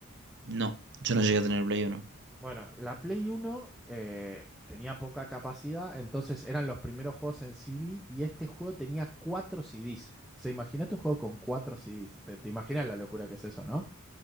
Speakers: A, on the right; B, in the centre.
A: No, yo no llegué a tener Play 1.
B: Bueno, la Play 1 eh, tenía poca capacidad, entonces eran los primeros juegos en CD y este juego tenía cuatro CDs. O sea, imagínate un juego con cuatro CDs. Te, te imaginas la locura que es eso, ¿no?